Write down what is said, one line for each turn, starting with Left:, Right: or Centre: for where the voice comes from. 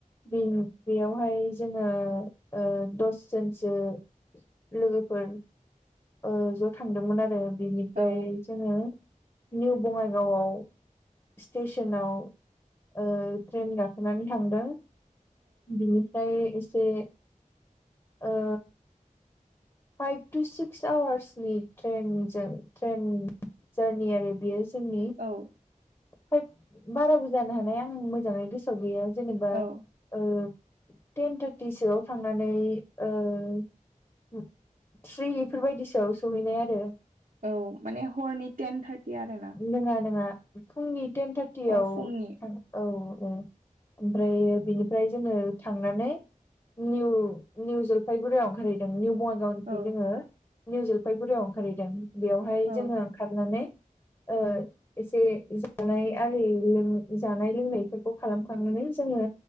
Left: बे बेयावहाय जोङो ओ दसजोनसो लोगोफोर ओ ज' थांदोंमोन आरो। बेनिफ्राय
Right: औ
Left: जोङो निउ बङाइगावआव स्टेसनाव ओ ट्रेन गाखोनानै थांदों बिनि फ्राय एसे ओ फाइभ टु सिक्स आवार्सनि ट्रेनजों ट्रेन जारनि आरो बेयो जोंनि।
Right: औ।
Left: फाइभ बाराबो जानो हानाय आं मोजाङै गोसोआव गैया जेनेबा
Right: औ
Left: ओ टेन थार्टिसोआव थांनानै ओ थ्रि इफोरबायदिसोआव सहैनाय आरो।
Right: औ माने हरनि टेन थार्टि आरोना
Left: नोङा नोङा फुंनि टेन थार्टियाव
Right: अ फुंनि
Left: थां औ औ। ओमफ्र बिनिफ्राय जोङो थांनानै निउ निउ जलफाइगुरियाव ओंखारहैदों निउ बङाइगावनि बेनिफ्राय
Right: औ
Left: जोङो निउ जलफायगुरियाव ओंखारहैदों बेयावहाय
Right: औ
Left: जोङो खारनानै ओ एसे जानाय आरि लों जानाय लोंनायफोरखौ खालामखांनानै जोङो